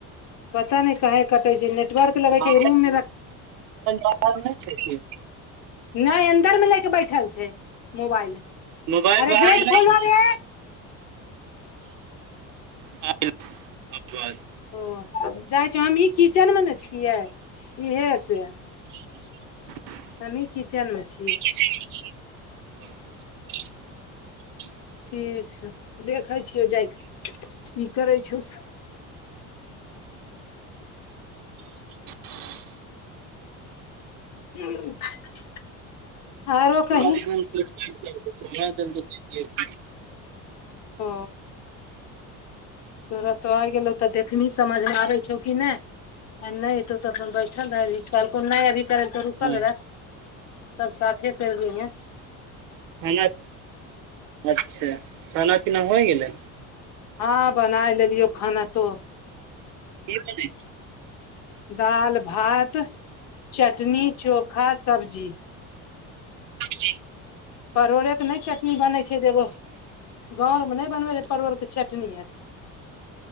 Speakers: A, on the left; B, on the right.
A: पता नहि काहे कटे छै नेट नेटवर्क लगै
B: मोबाइल
A: छै रूम में <inaudible>
B: बाहर नहि छै की
A: नहि अन्दर मे ले के बैठल छै मोबाइल
B: मोबाइल
A: अरे
B: बाहर
A: गेट
B: नहि
A: खोलो
B: छै
A: रे
B: <unintelligible>
A: ओ जाइ छीये हमही किचेन मे न छियै इहे से
B: <inaudible>
A: हमही किचेन में छी
B: <unintelligible>
A: ठीक छौ देखै छियौ जाएके क करै छउ से
B: <inaudible>
A: <unintelligible> आरो
B: <unintelligible>
A: कही ओ तोरा तऽ आय गेलौ तऽ देखनी समझमे आबै छौ कि नहि आ नहि एतो तऽ अपन बैठल रहबी कहलकौ नहि अभी करै तऽ रुकल
B: हाँ,
A: रह सब साथे कैर लिहैं
B: <unintelligible> अच्छा खाना पीना होइ गेलै
A: हँ बनाय लेलियो खाना तो
B: की करै छी
A: दाल भात चटनी चोखा सब्जी
B: सब्जी
A: परोलेके नहि चटनी बनै छै देबो गाँवरमे नहि बनबै रह परोड़के चटनी आर।